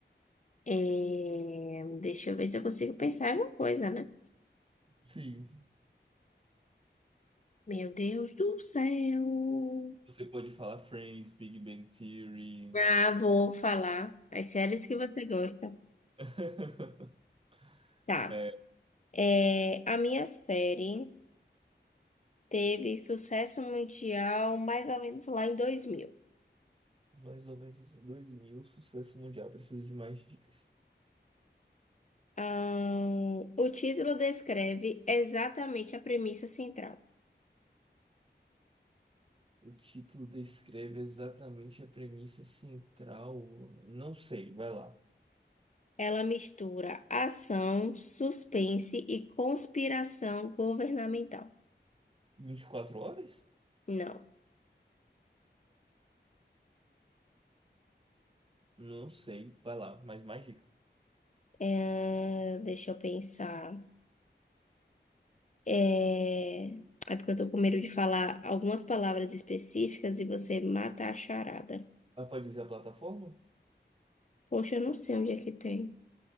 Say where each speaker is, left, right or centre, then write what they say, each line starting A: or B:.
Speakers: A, on the left (about 40°); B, on the right (about 30°).
A: É, Deixa eu ver se eu consigo pensar em alguma coisa, né?
B: Sim.
A: Meu Deus do céu.
B: Você pode falar Friends, Big Bang Theory.
A: Ah, vou falar as séries que você gosta.
B: <laughs>
A: Tá.
B: É,
A: É, a minha série teve sucesso mundial mais ou menos lá em 2000.
B: mais ou menos em dois mil sucesso mundial precisa de mais dicas.
A: Ahn, o título descreve exatamente a premissa central.
B: O título descreve exatamente a premissa central. Não sei, vai lá.
A: Ela mistura ação, suspense e conspiração governamental.
B: vinte e quatro horas?
A: Não.
B: Não sei, vai lá, mas mais dica.
A: É, deixa eu pensar. É, é porque eu tô com medo de falar algumas palavras específicas e você mata a charada.
B: Ah, pode dizer a plataforma?
A: Poxa, eu não sei onde é que tem.